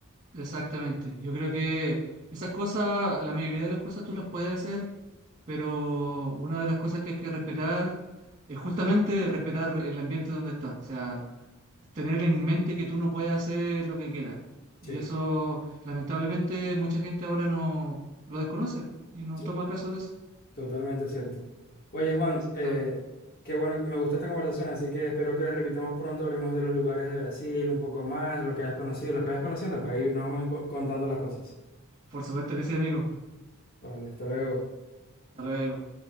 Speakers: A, on the right; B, on the left.
A: exactamente. Yo creo que esas cosas, la mayoría de las cosas tú las puedes hacer, pero una de las cosas que hay que respetar es justamente respetar el ambiente donde estás. O sea, tener en mente que tú no puedes hacer lo que quieras. Y
B: Sí,
A: eso, lamentablemente, mucha gente ahora no lo desconoce y no
B: sí,
A: toma caso de eso.
B: totalmente cierto. Oye, Juan,
A: Exactamente.
B: eh, qué bueno, que- me gustó esta conversación, así que espero que la repitamos pronto, hablemos de los lugares de Brasil un poco más, lo que hayas conocido, lo que hayas conociendo, pues ahí nos vamos enco- contando las cosas.
A: Por supuesto que sí, amigo.
B: Vale, hasta luego.
A: Hasta luego.